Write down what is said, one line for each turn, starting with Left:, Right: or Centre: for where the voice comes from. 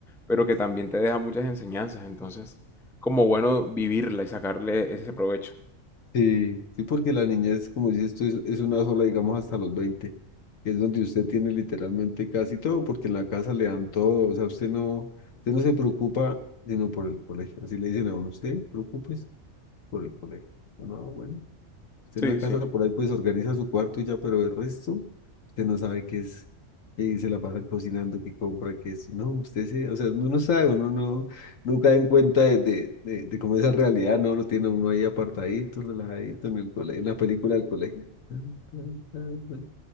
Centre: pero que también te deja muchas enseñanzas. Entonces... Como bueno vivirla y sacarle ese provecho.
Left: sí, sí, porque la niñez, como dices tú, es, es una sola, digamos, hasta los 20 es donde usted tiene literalmente casi todo, porque en la casa le dan todo, o sea, usted no, usted no se preocupa sino por el colegio, así le dicen a uno, usted preocúpese por el colegio. Yo, No, bueno, usted
Centre: Sí,
Left: en la casa
Centre: sí,
Left: por ahí pues organiza su cuarto y ya, pero el resto, usted no sabe qué es, y se la pasan cocinando, qué compra, qué es, no, usted se, o sea, uno no sabe, uno no, no cae en cuenta de, de, de, de cómo esa realidad, no, lo tiene uno ahí apartadito, relajadito en el colegio, en la película del colegio. Tan, tan, tan, tan.